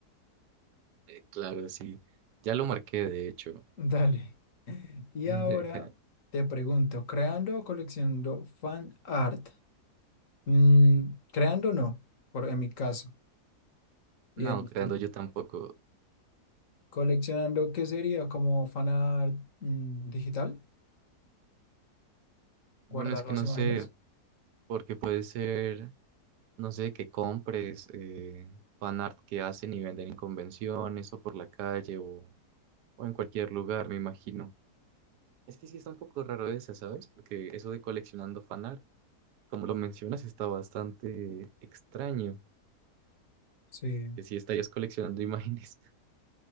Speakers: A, on the right (about 85°); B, on the left (about 55°).
A: Eh, Claro, sí. Ya lo marqué, de hecho.
B: <laughs> Dale. Y
A: <laughs>
B: ahora te pregunto, ¿creando o coleccionando fan art? Mm, creando no, por, en mi caso, y
A: No,
B: en el
A: creando
B: tuyo.
A: yo tampoco.
B: ¿Coleccionando qué sería como fan art mm, digital? ¿Guardar
A: Bueno, es que
B: las
A: no
B: imágenes?
A: sé, porque puede ser, no sé, que compres eh, fanart que hacen y venden en convenciones o por la calle o, o en cualquier lugar, me imagino. Es que sí está un poco raro esa, ¿sabes? Porque eso de coleccionando fanart, como lo mencionas, está bastante extraño,
B: Sí,
A: que sí estarías coleccionando <laughs> imágenes.